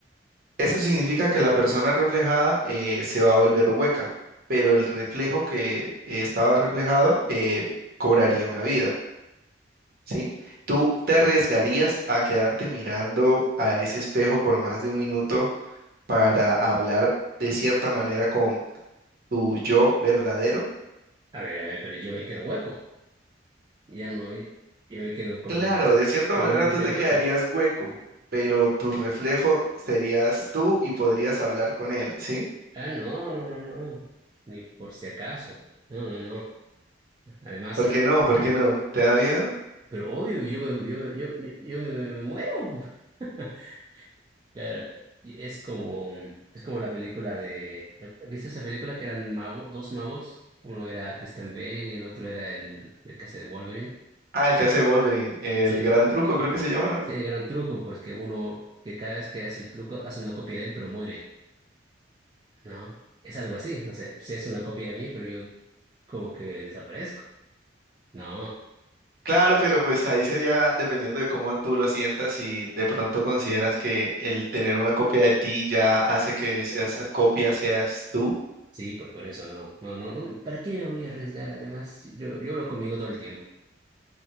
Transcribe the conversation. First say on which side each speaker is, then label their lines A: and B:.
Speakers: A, on the right; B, on the right.
A: Eso significa que la persona reflejada eh, se va a volver hueca, pero el reflejo que eh, estaba reflejado eh, cobraría una vida, ¿sí? ¿Tú te arriesgarías a quedarte mirando a ese espejo por más de un minuto para hablar de cierta manera con tu yo verdadero?
B: A ver, a ver, pero yo me quedo hueco. Ya no, yo me quedo como
A: Claro,
B: un,
A: de cierta
B: como
A: manera
B: un ente
A: tú te
B: hueco.
A: quedarías hueco, pero tu reflejo serías tú y podrías hablar con él, ¿sí?
B: Ah, no, no, no, no. Ni por si acaso. No, no, no. Además,
A: ¿Por qué no? ¿Por qué no? ¿Te da miedo?
B: pero obvio, yo me, yo me, yo, yo, yo me, me muero. <laughs> Claro, y es como, es como la película de, ¿viste esa película que eran mago, dos magos? Uno era Christian Bale y el otro era el, el que hace de Wolverine.
A: Ah, el que hace Wolverine, el
B: Sí,
A: gran truco creo que se llama, ¿no?
B: sí, el gran truco, pues que uno, que cada vez que hace el truco, hace una copia de él, pero muere, ¿no? Es algo así, o sea, sí es una copia de mí, pero yo como que desaparezco. No,
A: Claro, pero pues ahí sería dependiendo de cómo tú lo sientas y de pronto consideras que el tener una copia de ti ya hace que seas copia, seas tú,
B: sí, pues por eso no, no, no, no, ¿para qué me voy a arriesgar? Además, yo, yo hablo conmigo todo el tiempo,